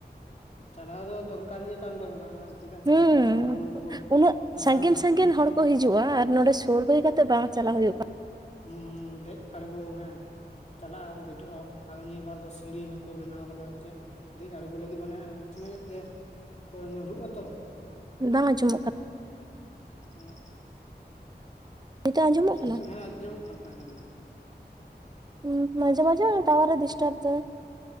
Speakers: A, on the left; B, on the right.
A: ᱪᱟᱞᱟᱣ ᱫᱚ ᱫᱚᱨᱠᱟᱨ ᱜᱮ ᱠᱟᱱ ᱛᱟᱵᱚᱱᱟ ᱪᱮᱫᱟᱜ
B: ᱦᱩᱸ
A: ᱥᱮ ᱧᱮᱞᱟ ᱵᱩᱨᱩ ᱠᱚ
B: ᱩᱱᱟᱹᱜ
A: ᱟᱨ
B: ᱥᱟᱺᱜᱤᱧ
A: ᱥᱟᱶ ᱵᱩᱜ
B: ᱥᱟᱺᱜᱤᱧ
A: ᱵᱩᱜ
B: ᱦᱚᱲ ᱦᱤᱡᱩᱜᱼᱟ ᱟᱨ ᱱᱚᱰᱮ ᱥᱩᱨ ᱦᱩᱭ ᱠᱟᱛᱮ ᱵᱟᱝ ᱪᱟᱞᱟᱣ ᱦᱩᱭᱩᱜ ᱠᱟᱱᱟ
A: ᱦᱩᱸ ᱫᱮᱡ ᱟᱬᱜᱚ ᱦᱮᱸ ᱪᱟᱞᱟᱜ ᱟᱢ ᱫᱮᱡᱚᱜ ᱟᱢ ᱟᱨ ᱱᱤᱭᱟᱹ ᱵᱟᱨ ᱫᱚ ᱥᱤᱲᱤ ᱦᱚᱸᱠᱚ ᱵᱮᱱᱟᱣ ᱠᱟᱫᱟ ᱥᱮ ᱪᱮᱫ ᱫᱮᱡ ᱟᱬᱜᱚ ᱞᱟᱹᱜᱤᱫ ᱢᱟᱱᱮ ᱩᱱ ᱥᱚᱢᱚᱭ ᱜᱮ ᱠᱚ ᱧᱩᱨᱦᱩᱜ ᱟᱛᱚ
B: ᱵᱟᱝ ᱟᱸᱡᱚᱢᱚᱜ ᱠᱟᱱᱟ
A: ᱦᱮᱸ
B: ᱱᱤᱛᱚᱜ ᱟᱸᱡᱚᱢᱚᱜ
A: ᱦᱮᱛᱳᱜ
B: ᱠᱟᱱᱟ
A: ᱦᱮᱸ ᱟᱸᱡᱚᱢᱚᱜ ᱠᱟᱱᱟ ᱟᱸᱡᱚᱢ ᱫᱚ
B: ᱦᱩᱸ ᱢᱟᱡᱮ ᱢᱟᱡᱮ ᱴᱟᱣᱟᱨ ᱮ ᱰᱤᱥᱴᱟᱨᱵ ᱫᱟᱭ